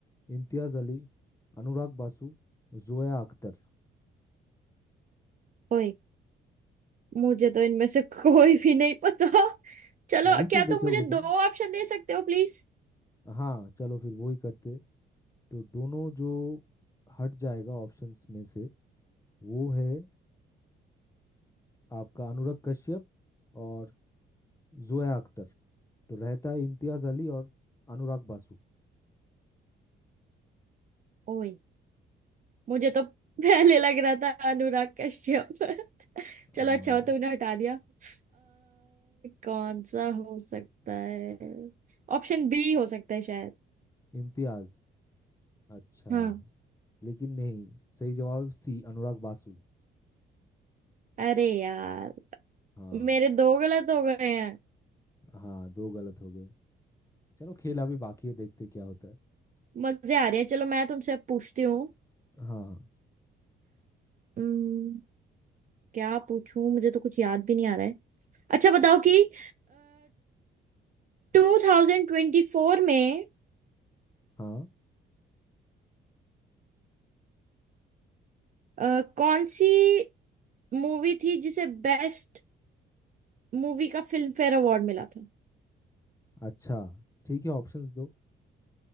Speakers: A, on the left; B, on the right.
A: इम्तियाज अली अनुराग बासु जोया अख्तर
B: ओए मुझे तो इनमें से कोई भी नहीं पता चलो
A: मूवी
B: क्या
A: तो देखे
B: तुम मुझे
A: होगे तुम
B: दो ऑप्शन दे सकते हो प्लीज
A: हाँ चलो फिर वही करते तो दोनों जो हट जाएगा ऑप्शंस में से वो है आपका अनुराग कश्यप और जोया अख्तर तो रहता है इम्तियाज अली और अनुराग बासु
B: ओए मुझे तो पहले लग रहा था अनुराग कश्यप <laughs> चलो
A: हाँ
B: अच्छा हो तुमने हटा दिया आ, कौन सा हो सकता है ऑप्शन बी हो सकता है शायद
A: इम्तियाज अच्छा
B: हाँ
A: लेकिन नहीं सही जवाब सी अनुराग बासु
B: अरे यार
A: हाँ
B: मेरे दो गलत हो गए हैं
A: हाँ दो गलत हो गए चलो खेल अभी बाकी है देखते क्या होता है
B: मजे आ रहे हैं चलो मैं तुमसे अब पूछती हूँ
A: हाँ हाँ
B: हम्म, क्या पूछूं मुझे तो कुछ याद भी नहीं आ रहा है अच्छा बताओ कि टू थाउजेंड ट्वेंटी फोर में
A: हाँ
B: अ, कौन सी मूवी थी जिसे बेस्ट मूवी का फिल्म फेयर अवार्ड मिला था
A: अच्छा ठीक है ऑप्शंस दो